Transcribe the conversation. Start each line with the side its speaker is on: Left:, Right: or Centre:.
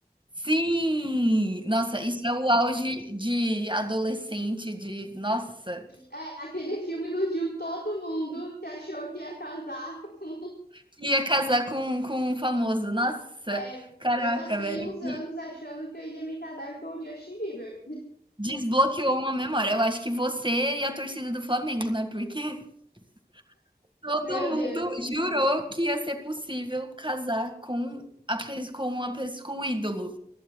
Right: Sim! Nossa, isso é o auge de adolescente, de. Nossa!
Left: É, aquele filme iludiu todo mundo que achou que ia casar <laughs> com.
Right: Que ia casar com, com um famoso. Nossa!
Left: É,
Right: Caraca,
Left: eu passei
Right: velho,
Left: uns
Right: que
Left: anos achando que eu iria me casar com o Justin Bieber.
Right: desbloqueou uma memória. Eu acho que você e a torcida do Flamengo, né? Porque <laughs> todo
Left: Meu
Right: mundo
Left: Deus,
Right: jurou que ia ser possível casar com, a, pe- com, uma, pe- com um ídolo.